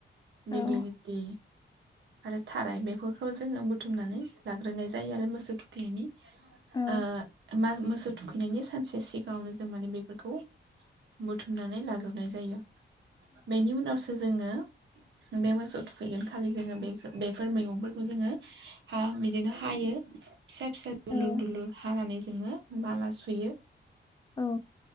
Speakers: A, on the right; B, on the left.
A: दिग्लि
B: औ
A: लिति आरो थाराय बेफोरखौ जोङो बुथुमनानै लाग्रोनाय जायो आरो मोसौ थुखैनायनि
B: औ
A: ओ <unintelligible> मोसौ थुखैनायनि सानसे सिगाङावनो जों माने बेफोरखौ बुथुमनानै लाग्रोनाय जायो बेनि उनावसो जोङो बे मोसौ थुखैगोन खालि जोङो बे बेफोर मैगंफोरखौ जोङो हा बिदिनो हायो फिसा फिसा दुलुर
B: औ
A: दुलुर हानानै जोङो माला सुयो
B: औ